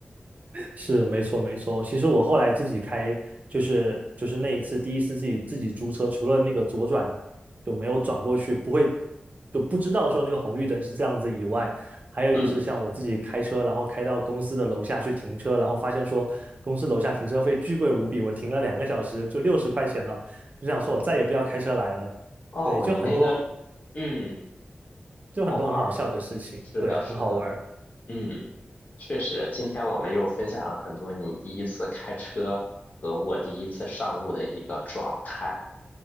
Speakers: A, on the right (about 45°); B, on the left (about 45°).
A: 是，没错没错。其实我后来自己开，就是就是那一次第一次自己自己租车，除了那个左转就没有转过去，不会就不知道说那个红绿灯是这样子以外，还有就是像我自己开车，
B: 嗯，
A: 然后开到公司的楼下去停车，然后发现说公司楼下停车费巨贵无比，我停了两个小时就六十块钱了，就想说我再也不要开车来了。
B: 哦，
A: 对，就很多
B: 你那个。嗯。
A: 就很多很好笑的事情，
B: 好玩儿。是的，
A: 对，
B: 是的，
A: 很好玩儿。
B: 嗯，确实，今天我们又分享了很多你第一次开车和我第一次上路的一个状态。